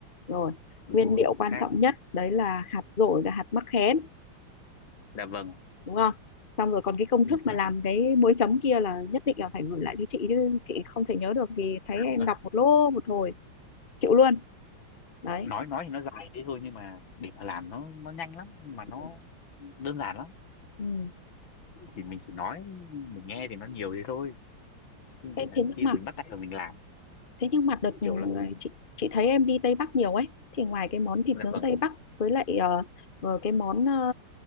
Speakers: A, on the left; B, on the left.
A: rồi
B: đúng
A: nguyên
B: rồi
A: liệu
B: chính
A: quan
B: xác
A: trọng nhất đấy là hạt dổi và hạt mắc khén
B: dạ vâng
A: đúng không xong rồi còn cái công
B: chính
A: thức
B: xác
A: mà làm cái muối chấm kia là nhất định là phải gửi lại cho chị chứ chị không thể nhớ được vì thấy em
B: Ờ,
A: đọc một lô một hồi chịu luôn đấy
B: nói nói thì nó dài thế thôi nhưng mà để mà làm nó nó nhanh lắm mà nó
A: ừ.
B: đơn giản lắm
A: Ừ.
B: chỉ mình chỉ nói mình nghe thì nó nhiều thế thôi Chứ
A: Thế,
B: là
A: thế nhưng
B: khi
A: mà
B: mà mình bắt tay vào mình làm
A: thế nhưng mà đợt ừ,
B: kiểu là
A: chị chị thấy em đi Tây Bắc nhiều ấy thì ngoài cái món thịt
B: dạ
A: nướng
B: vâng
A: Tây Bắc với lại ờ, ờ, cái món ờ,